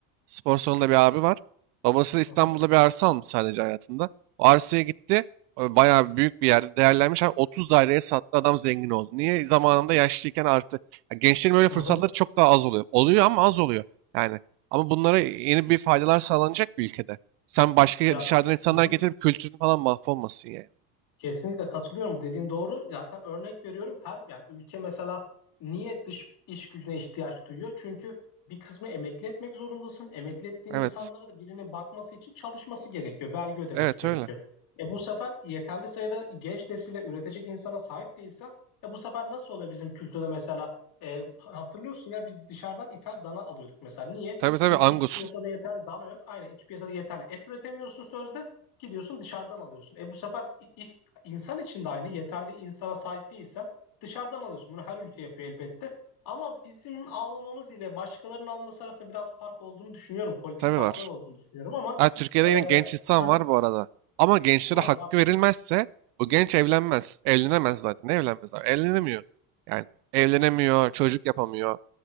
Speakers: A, on the right; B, on the left.
A: spor salonunda bir abi var. Babası İstanbul'da
B: Hı hı.
A: bir arsa almış sadece hayatında. O arsaya gitti. e, Bayağı büyük bir yerde değerlenmiş. Abi 30 daireye sattı adam zengin oldu. Niye? Zamanında yaşlıyken artı. Ya gençlerin böyle
B: Hı
A: fırsatları
B: hı.
A: çok daha az oluyor. Oluyor ama az oluyor. Yani ama bunlara yeni bir faydalar sağlanacak bir ülkede. Sen başka
B: Ya
A: dışarıdan insanlar
B: hı hı.
A: getirip kültürün falan mahvolmasın yani.
B: Kesinlikle katılıyorum. Bu dediğin doğru. Zaten örnek veriyorum. Her yani ülke mesela niye dış iş gücüne ihtiyaç duyuyor? Çünkü bir kısmı emekli etmek zorundasın. Emekli ettiğin
A: Evet.
B: insanlara da birine bakması için çalışması gerekiyor. Vergi ödemesi
A: Evet
B: gerekiyor.
A: öyle.
B: E bu sefer yeterli sayıda genç nesile üretecek insana sahip değilsen e bu sefer nasıl oluyor bizim kültürde mesela E, hatırlıyorsun ya biz dışarıdan ithal dana alıyorduk mesela. Niye?
A: Tabii tabii
B: Çünkü
A: Angus.
B: iç piyasada yeterli dana yok. Aynen iç piyasada yeterli et üretemiyorsun sözde gidiyorsun dışarıdan alıyorsun. E bu sefer iş, İnsan için de aynı. Yeterli insana sahip değilsen dışarıdan alıyorsun. Bunu her ülke yapıyor elbette. Ama bizim almamız ile başkalarının alması arasında biraz fark olduğunu düşünüyorum. Politik
A: Tabii
B: farklar
A: var.
B: olduğunu düşünüyorum ama
A: Ha, Türkiye'de
B: e,
A: yine genç insan
B: Hı hı.
A: var bu arada. Ama gençlere
B: var
A: hakkı
B: var.
A: verilmezse bu genç evlenmez. Evlenemez zaten. Ne evlenmez abi? Evlenemiyor. Yani evlenemiyor, çocuk yapamıyor.